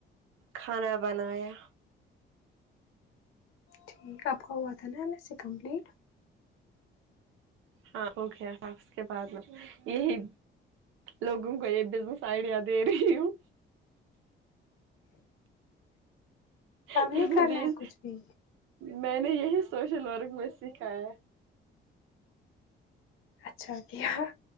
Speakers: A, on the right (about 85°); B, on the left (about 85°).
A: کھانا بنایا
B: ٹھیک ہے آپ کا ہوا تھا نا اس سے کمپلیٹ
A: ہاں ہو گیا اس کے بعد میں یہی لوگوں کو یہ بزنس آئیڈیا دے رہی ہوں
B: کم
A: ہوں
B: نہیں کرنا ہے کچھ بھی
A: میں نے یہی سوشل ورک میں سکھایا ہے
B: اچھا کیا